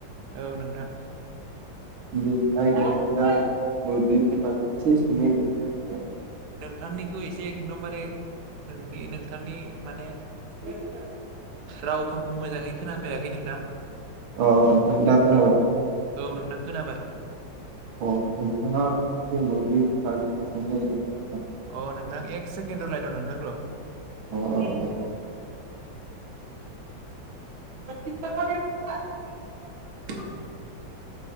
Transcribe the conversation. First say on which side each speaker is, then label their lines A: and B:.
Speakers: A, on the right; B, on the right.
A: औ नोंथां
B: बे आयदायानो जाबाय मोब्लिबनि बागै एसे सोंनो नागिरदोंमोन
A: नोंथांनिखौ एसे एकदमबारे नोंनि नोंथांनि माने
B: <unintelligible>
A: रावफोरखौ मोजाङै खोनाफैयाखै नोंथां
B: अ नोंथां दा खोनाबाय
A: औ नोंथां खोनाबाय
B: <unintelligible>
A: अ नोंथां एक सेकेणड रलाय नोंथां र'
B: अ अ दे <unintelligible>